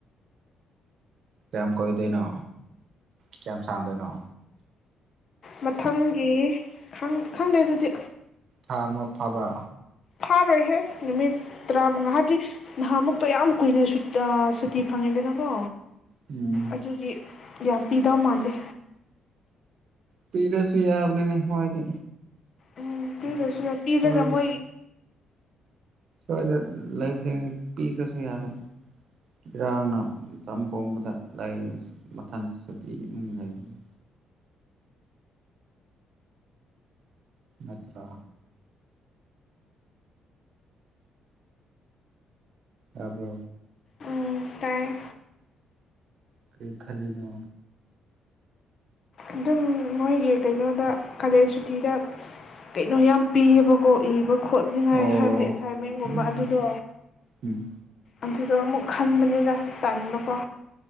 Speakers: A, on the right (about 65°); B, on the left (about 55°).
A: ꯀꯌꯥꯝ ꯀꯣꯏꯗꯣꯏꯅꯣ ꯀꯌꯥꯝꯌꯥꯝ ꯁꯥꯟꯗꯣꯏꯅꯣ
B: ꯃꯊꯪꯒꯤ ꯈꯪ ꯈꯪꯗꯦ ꯑꯗꯨꯗꯤ
A: ꯍꯥ ꯃ ꯐꯕ
B: ꯊꯥ ꯑꯣꯏꯍꯤꯦ ꯅꯨꯃꯤꯠ ꯇꯔꯥ ꯃꯉ ꯍꯥꯏꯒꯤ ꯅꯍꯥꯃꯨꯛꯇꯣ ꯌꯥꯝ ꯀꯨꯏꯅ ꯁꯨꯇꯤ ꯐꯪꯉꯦꯗꯅꯀꯣ
A: ꯎꯝ
B: ꯑꯗꯨꯒꯤ ꯌꯥ ꯄꯤꯗ ꯃꯥꯥꯟꯗ
A: ꯄꯤꯔꯁꯨ ꯌꯥꯕꯅꯤꯅꯦ ꯃꯣꯏꯗꯤ
B: ꯎꯝ ꯐ
A: ꯁ꯭ꯋꯥꯏꯗ
B: ꯁꯁꯨ ꯐꯤꯗ ꯀꯃ
A: ꯁ꯭ꯋꯥꯏꯗ ꯂꯩꯕꯁꯤꯡ ꯄꯤꯈ꯭ꯔꯁꯨ ꯌꯥꯒꯅꯤ ꯏꯔꯥꯡꯅ ꯃꯇꯝ ꯄꯣꯡꯕꯗ ꯂꯥꯏꯁꯨ ꯃꯊꯟꯇ ꯁꯨꯇꯤꯒꯤ ꯏꯃꯨꯡ ꯂꯩꯕꯅꯤ ꯅꯠꯇ꯭ꯔꯥ ꯑꯕ
B: ꯎꯝ ꯇꯥꯏ
A: ꯀ ꯈꯜꯂꯤꯗ
B: ꯑꯗꯨꯝ ꯃꯣꯏꯒꯤ ꯀꯩꯅꯣꯗ ꯀꯥꯂꯦꯖ ꯁꯨꯇꯤꯗ ꯀꯩꯅꯣ ꯌꯥꯝ ꯄꯤꯌꯦꯕꯀꯣ ꯏꯕꯣ ꯈꯣꯠꯅꯤꯉꯥꯏ
A: ꯑꯣ
B: ꯍꯥꯏꯕꯗꯤ ꯑꯦꯁꯥꯏꯟꯃꯦꯟꯒꯨꯝꯕ
A: ꯎꯝ
B: ꯑꯗꯨꯗꯣ
A: ꯎꯝ
B: ꯑꯗꯨꯗꯣ ꯑꯃꯨꯛ ꯈꯟꯕꯅꯤꯅ ꯇꯅꯤꯡꯕꯀꯣ